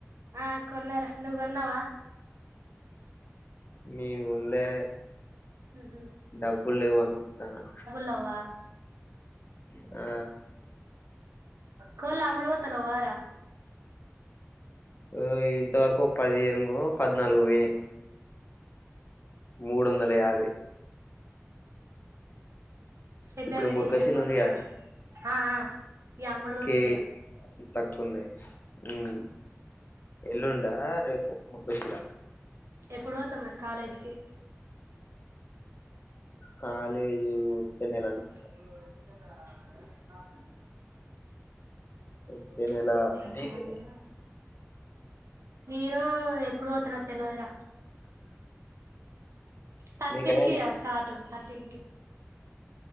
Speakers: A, on the right; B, on the left.
A: ఆ కొన్నార నువ్ కొన్నవా
B: నేను గోన్లే
A: ఉహు
B: డబ్బులు లేవని చూస్తానా
A: అవ్వ
B: ఆ
A: కోళ్లు అమ్ముడు పోతనవ్వారా
B: ఓ ఇంతవరకు పదిహేను ఓ పద్నాలుగు పోయినయి మూడు వందల యాభై
A: పెద్దగా
B: ఇప్పుడు
A: పెరిగినయ
B: మురకశీల
A: కోళ్లుమరే
B: ఉంది కదా
A: ఆ ఆ ఇగ అమ్ముడు పోతాయ్
B: కేజీ
A: ఇగ
B: తక్కువ ఉన్నాయి ఉమ్ ఎల్లుండ రేపొ ముల్కాశిలా
A: ఎప్పుడు పోతావ్ మరి కాలేజ్ కి
B: కాలేజ్ ఒక్క నెల అనుకుంటా
A: ఎ ఎంత బాగా
B: వచ్చే
A: పోతుండు
B: నెల నీకే
A: నేను ఎప్పుడు పోతనో తెలువదు రా థర్టీన్
B: మీకైనా
A: కీ ఇగ స్టార్ట్ థర్టీన్ కి